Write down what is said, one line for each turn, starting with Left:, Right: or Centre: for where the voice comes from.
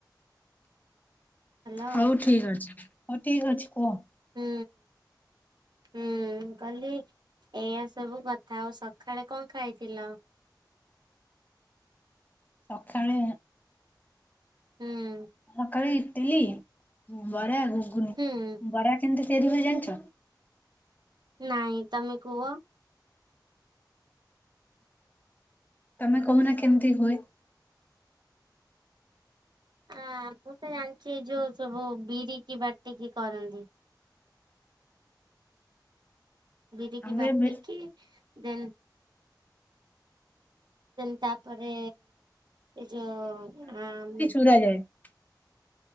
Right: ହ୍ୟାଲୋ
Left: ହଉ ଠିକ ଅଛି ହଉ ଠିକ ଅଛି କୁହ।
Right: ହୁଁ ହୁଁ। କାଲି ଏଇଆ ସବୁ କଥା, ଆଉ ସକାଳେ କଣ ଖାଇଥିଲ?
Left: ସକାଳେ
Right: ହୁଁ,
Left: ସକାଳୁ ଇଟିଲି, ବରା, ଘୁଗୁନି।
Right: ହୁଁ
Left: ବରା କେମିତି ତିଆରି ହୁଏ ଜାଣିଛ?
Right: ନାଇଁ ତମେ କୁହ।
Left: ତମେ କହୁନା କେମିତି ହୁଏ?
Right: ଆ ମୁଁ ତ ଜାଣିଛି ଯୋଉ ସବୁ ବିରିକି ବାଟିକି କରନ୍ତି। ବିରିକି
Left: ଆମର
Right: ବାଟିକି
Left: ବି
Right: ଦେନ୍ ଦେନ୍ ତାପରେ ଏ ଯୋଉ ଆମ।
Left: ପୁର ଯାଏ <unintelligible>